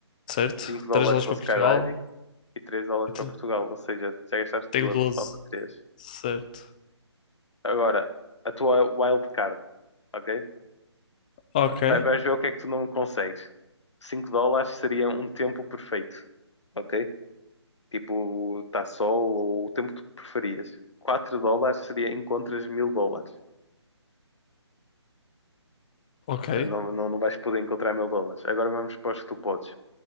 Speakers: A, on the left (about 15°); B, on the left (about 80°).
A: Certo?
B: 5 dólares
A: Três aulas
B: para
A: para
B: o skydiving
A: Portugal.
B: e 3 dólares
A: E te-
B: para Portugal. Ou seja, já gastaste
A: Tenho
B: 12,
A: doze.
B: falta 3.
A: Certo.
B: Agora, a tua wildcard, ok?
A: Ok,
B: Vai- Vais ver o que é que tu não consegues. 5 dólares seria um tempo perfeito, ok? Tipo, está sol ou o tempo que tu preferias. 4 dólares seria encontras mil dólares.
A: ok,
B: Não, não, não vais poder encontrar mil dólares. Agora vamos para os que tu podes.